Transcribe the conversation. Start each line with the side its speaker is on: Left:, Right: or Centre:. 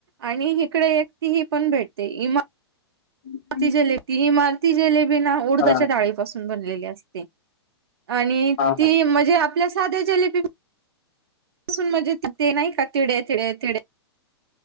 Right: आणि इकडे ही पण भेटते, इमा
Left: <unintelligible>
Right: ती.. जलेबी... इमारती जलेबी ना.. उडदाच्या
Left: हा.
Right: डाळीपासून बनलेली असते. आणि..
Left: हा
Right: ती.
Left: हा.
Right: म्हणजे आप... आपल्या साध्या जिलेबी. पासून.. म्हणजे ते नाही का. तिडे -तिडे -तिडे...